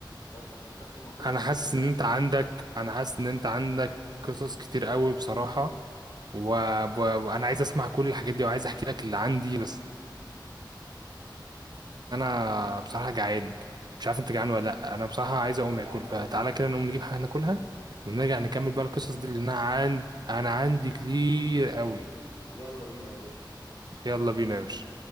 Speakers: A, on the left; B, on the right.
A: بس عشان شخص موثوق
B: انا
A: في
B: حاسس
A: ده
B: ان انت عندك انا حاسس ان انت عندك قصص كتير قوي بصراحه و... و... وانا عايز اسمع كل الحاجات دي وعايز احكي لك اللي عندي بس انا بصراحه جعان مش عارف انت جعان ولا لا انا بصراحه عايز اقوم
A: جعان
B: اكل
A: <laughs>
B: فتعالى
A: أوي برضه
B: كده نقوم نجيب حاجه ناكلها ونرجع نكمل بقى القصص دي لان انا عند... انا عندي كتير قوي
A: يلا بينا يا باشا
B: يلا بينا يا باشا